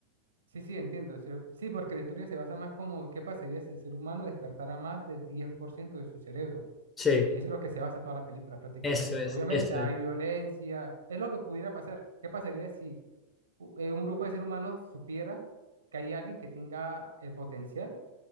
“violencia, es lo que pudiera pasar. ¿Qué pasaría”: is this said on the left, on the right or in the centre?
Right